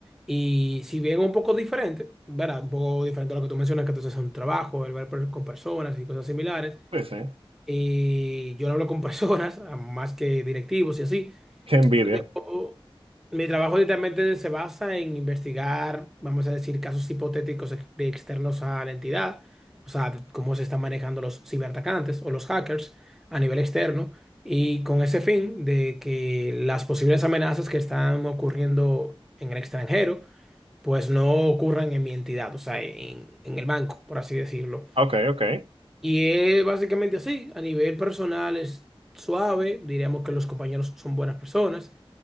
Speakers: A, in the centre; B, on the right (about 70°).
A: Y si bien un poco diferente, ¿verdad? Un poco diferente a lo que tú mencionas, que entonces es un trabajo, el ver per- con personas y cosas similares.
B: Sí, sí.
A: Y yo no hablo con personas, <laughs> más que directivos y así.
B: Qué envidia.
A: Yo- mi trabajo literalmente se basa en investigar, vamos a decir, casos hipotéticos ex- de externos a la entidad, o sea, de cómo se están manejando los ciberatacantes o los hackers a nivel externo, y con ese fin de que las posibles amenazas que están ocurriendo en el extranjero, pues no ocurran en mi entidad, o sea, en, en el banco, por así decirlo.
B: Ok, ok.
A: Y es básicamente así, a nivel personal es suave, diríamos que los compañeros son buenas personas.